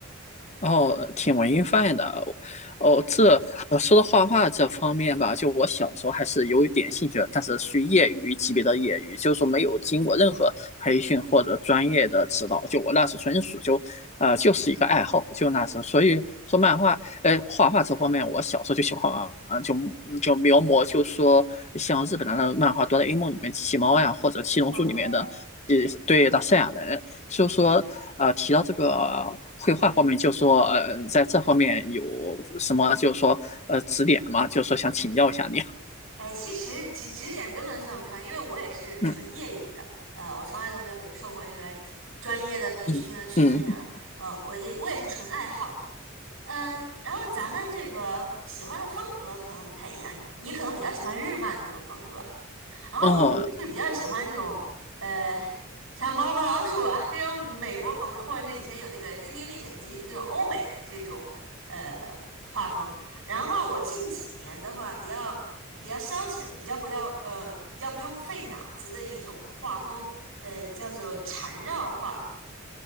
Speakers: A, on the left (about 35°); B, on the right (about 85°).
A: 哦，挺文艺范的哦。这呃说到画画这方面吧，就我小时候还是有一点兴趣的，但是属于业余级别的业余，就是说没有经过任何培训或者专业的指导。就我那时纯属就，呃，就是一个爱好，就那时候所以说漫画，哎，画画这方面，我小时候就喜欢啊，就就描摹，就说像日本的漫画《哆啦 A 梦》里面机器猫呀，或者《七龙珠》里面的。
B: OK。
A: 呃对的赛亚人，就说呃提到这个绘画方面，就说呃在这方面有什么，就说呃指点吗？就说想请教一下你啊。
B: 哎，其实指指点根本算不上，因为我也是纯业余的，
A: 嗯
B: 呃，我从来都没有受过这个专业的培训啊、
A: 嗯嗯
B: 训练啊，呃，我也我也是纯爱好，嗯，然后咱们这个喜欢的风格可能不太一样，你可能比较喜欢日漫那种风格，然后我是比较喜欢这种呃，
A: 哦
B: 像猫和老鼠啊这种美国风的，或者是以前有那个《丁丁历险记》这种欧美这种呃画风。然后我近几年的话，比较比较消遣，比较不要呃比较不用费脑子的一种画风，呃叫做缠绕画，